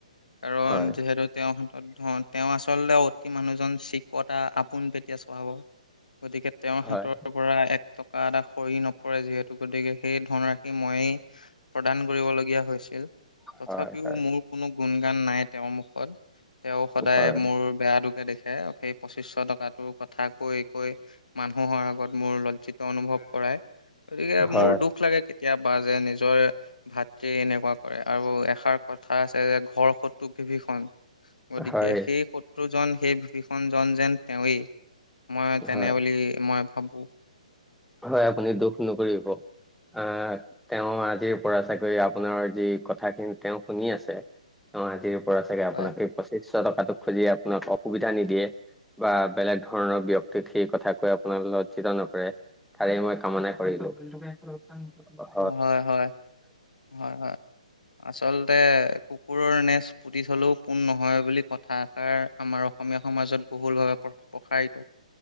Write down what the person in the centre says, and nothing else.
হয়
হয়
হয় হয়
হয়
হয়
হয়
হয়
হয়, আপুনি দুখ নকৰিব। আহ তেওঁ আজিৰ পৰা চাগৈ আপোনাৰ যি কথাখিনি তেওঁ শুনি আছে অঁ আজিৰ পৰা চাগে আপোনাক
এই পঁচিছশ টকাটো খুজি আপোনাক অসুবিধা নিদিয়ে। বা বেলেগ ধৰণৰ ব্যক্তিক সেই কথা কৈ আপোনাক লজ্জিত নকৰে। তাৰেই মই কামনা কৰিলোঁ। উম <unintelligible>